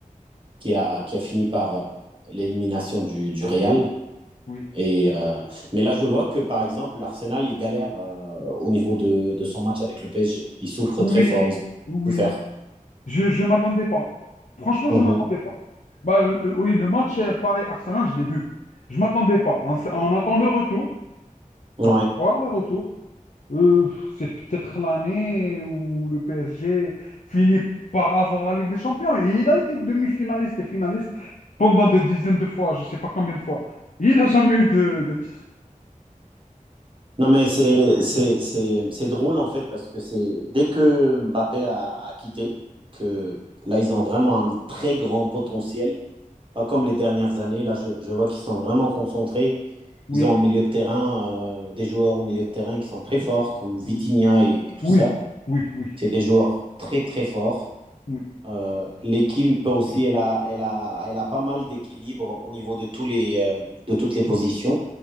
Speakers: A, on the right; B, on the left.
A: qui a, qui a fini par euh, l'élimination du, du Real.
B: oui.
A: Et, euh, mais là, je vois que par exemple, l'Arsenal, il galère euh, au niveau de, de son match avec le PSG. Ils souffrent
B: Oui,
A: très fort, ils ont
B: oui.
A: souffert.
B: Je ne m'attendais pas. Franchement,
A: Mhm.
B: je ne m'attendais pas. Bah, le- oui, le match euh, Paris-Arsenal, je l'ai vu. Je ne m'attendais pas. On, s- on attend le retour.
A: Ouais.
B: On va voir le retour. Euh, c'est peut-être l'année où le PSG finit par avoir la Ligue des Champions. Et il a été demi-finaliste et finaliste pendant des dizaines de fois, je ne sais pas combien de fois. Il n'a jamais eu de, de titre.
A: Non, mais c'est, c'est, c'est, c'est drôle en fait parce que c'est dès que Mbappé a, a quitté, que là ils ont vraiment un très grand potentiel, pas comme les dernières années. Là, je, je vois qu'ils sont vraiment concentrés.
B: Oui,
A: Ils ont un milieu de terrain, euh, des joueurs au milieu de terrain qui sont très forts, comme Vitinha
B: oui,
A: et, et tout
B: oui,
A: ça.
B: oui, oui,
A: C'est
B: oui,
A: des joueurs très très forts.
B: oui,
A: Euh, l'équipe aussi, elle a, elle a, elle a pas mal d'équilibre au niveau de, tous les, euh, de toutes les positions.